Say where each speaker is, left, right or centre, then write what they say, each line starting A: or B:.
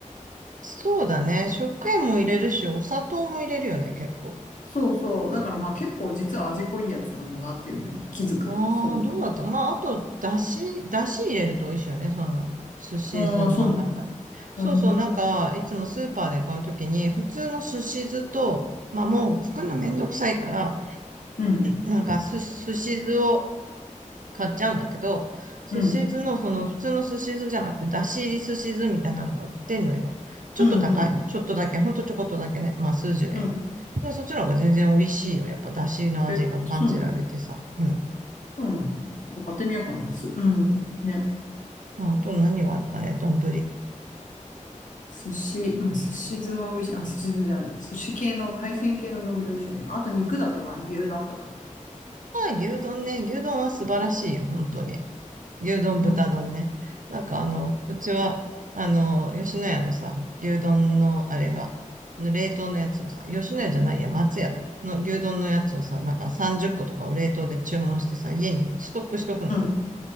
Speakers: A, on the right; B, on the left.
A: そうだね。食塩も入れるし、お砂糖も入れるよね、結構。
B: そうそう。だからまあ結構実は味濃いやつなんだなっていうのに気づく。
A: ああ、
B: そ
A: どうだったまあ、あと、だし、だし入れると美味しいよね、その、寿司酢の中に。
B: う。ああ、そうなんだ。
A: そうそう、
B: う
A: なんか、
B: ん、
A: いつもスーパーで買うときに、普通の寿司酢と、まあ、もう作るのめんどくさいから、
B: うん、
A: なんか、す、寿司酢を買っちゃうんだけど、
B: うん、
A: 寿司酢の、その、普通の寿司酢じゃなくて、だし入り寿司酢みたいなのが売ってんのよ。ちょっと高いの。
B: うん、うん。
A: ちょっとだけ、ほんとちょこっとだけね。まあ、数十円。
B: うん
A: でそっちの方が全然美味しいよ。やっぱ、だしの味が感じられてさ。
B: えーそう、
A: うん。
B: そうなんだ。買ってみようかな。す、うん。ね。
A: まあ、あと何があるかね、丼。
B: 寿司、まあ、寿司酢は美味しい。あ、寿司酢じゃない。寿司系の、海鮮系の丼美味しいよね。あと肉だと、まあ、牛丼とかね。
A: 牛丼ね、牛丼は素晴らしいよ、本当に。牛丼、
B: ま
A: 豚丼ね。なんかあの、うちは、あの、吉野家のさ、牛丼のあれが、冷凍のやつをさ、吉野家じゃないや、松屋だ。の牛丼のやつをさ、なんか30個とかを冷凍で注文してさ、家にストックしとくのよ。
B: あ、うん。